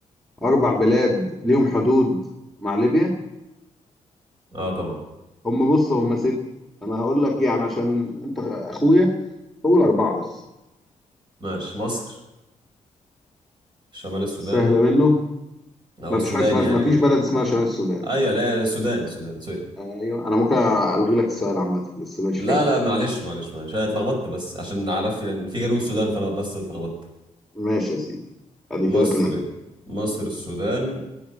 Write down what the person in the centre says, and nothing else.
أربع بلاد ليهم حدود مع ليبيا
هم بص هم ستة أنا هقول لك يعني عشان أنت أخويا هقول أربعة بس
سهلة منه
ما
فيش حاجة اسمها
ما فيش
بلد اسمها شمال
السودان
أيوه أنا ممكن ألغي لك السؤال عامة بس ماشي
كمل
ماشي يا سيدي أدي
كده اتنين